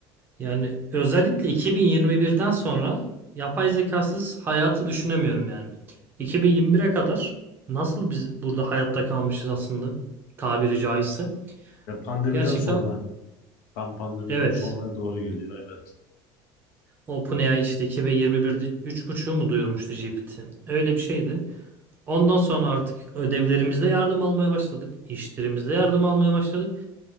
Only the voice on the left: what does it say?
Ya pandemiden
sonra, tam pandemiden
sonra doğru geliyor evet.